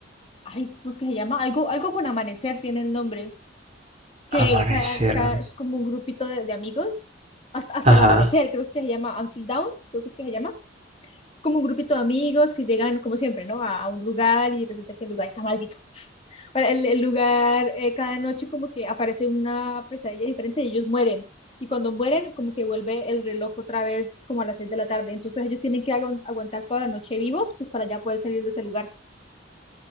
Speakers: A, on the left; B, on the right.
A: Ay, ¿cómo es que se llama? Algo, algo con amanecer tiene el nombre, que
B: Amanecer,
A: cada, cada-
B: amanecer.
A: es como un grupito de, de amigos, hasta, hasta
B: Ajá.
A: el amanecer, creo que se llama Until Dawn, creo que es que se llama Es como un grupito de amigos que llegan, como siempre, ¿no? A, a un lugar y resulta que el lugar está maldito. <laughs> Bueno, el, el lugar, eh, cada noche como que aparece una pesadilla diferente y ellos mueren. Y cuando mueren, como que vuelve el reloj otra vez como a las 6 de la tarde. Entonces ellos tienen que agu- aguantar toda la noche vivos, pues para ya poder salir de ese lugar.